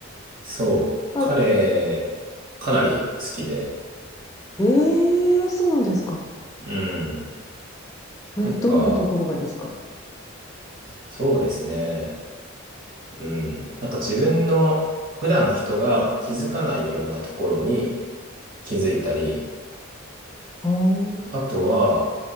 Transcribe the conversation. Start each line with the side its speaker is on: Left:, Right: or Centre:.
Right: そう。
Left: あ、
Right: 彼、かなり好きで、
Left: ええー、そうなんですか。
Right: うん。なんか、
Left: え、どんなところがですか
Right: そうですね。うん。なんか自分の普段人が気づかないようなところに気づいたり、
Left: あー、
Right: あとは、